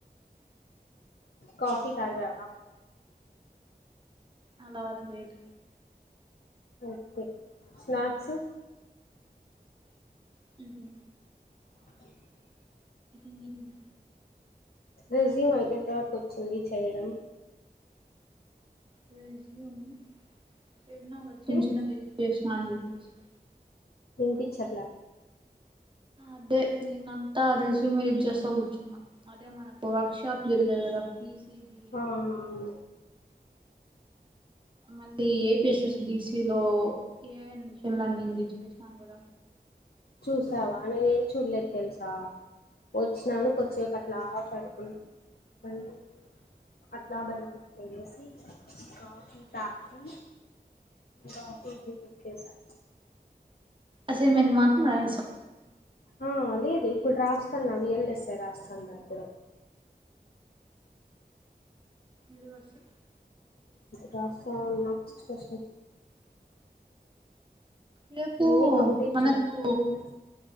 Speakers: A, on the left; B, on the right.
A: కాఫీ తాగావా
B: అలావట్లేదు
A: ఓకే స్నాక్స్
B: ఇది
A: <inaudible>
B: ఇన్నదిని
A: రెజ్యూమ్ అయికేంత వరకు వచ్చింది చేయడం
B: బెల్జియంయం <inaudible> చిన్న
A: ఉమ్,
B: చిన్న వేరుఫికేషన్ అండి స <inaudible>
A: వినాపించట్లే
B: అదే నేనంతా అ రేజ మీరు చేస్తా కూర్చున్నా అదే మనకు వర్క్ షాప్ జరుగదు కదా ఫీ సిటిబీ
A: ఆ
B: రోబోట్స్
A: అవును.
B: మళ్ళీ ఏపిఎస్ఎస్ డిసిలో ఏ అడి ఇంగ్ రచ్ేసిన పోద
A: చూసావా నేనేం చూడలేదు తెలుసా వచ్చినాను కొద్దిసేపు అట్లా పడుతుంది మళ్ళీ అట్లా బల్కుసి కాఫీ తకి కాఫీ ఇట్టసా
B: అసే మెమాత్ మరాయి స
A: ఆ లేదు ఇప్పుడు రాస్తాన్నాయల్స్తాయి రాస్తుాన్నా ఇప్పుడు
B: ఇదివసు
A: రాస ఉస్ట్ కష్ట
B: రేపు
A: అన్ని కంప్లీట్
B: మనకు
A: చేయాలా ఉమ్,